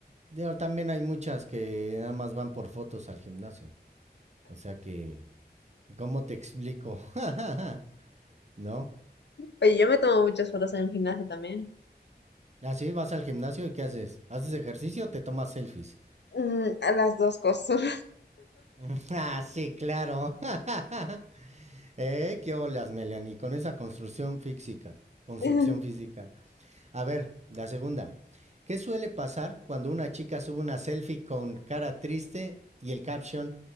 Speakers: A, on the right; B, on the left.
A: Digo, también hay muchas que nada más van por fotos al gimnasio. O sea que, ¿cómo te explico? <laughs> ¿No?
B: Oye, yo me tomo muchas fotos en el gimnasio también.
A: Así vas al gimnasio y ¿qué haces? ¿Haces ejercicio o te tomas selfies?
B: Mm, a las dos cosas.
A: <laughs> ah, sí, claro. <laughs> eh, qué olas, Melanie, con esa construcción física. Construcción
B: <laughs>
A: física. A ver, la segunda. ¿Qué suele pasar cuando una chica sube una selfie con cara triste y el caption,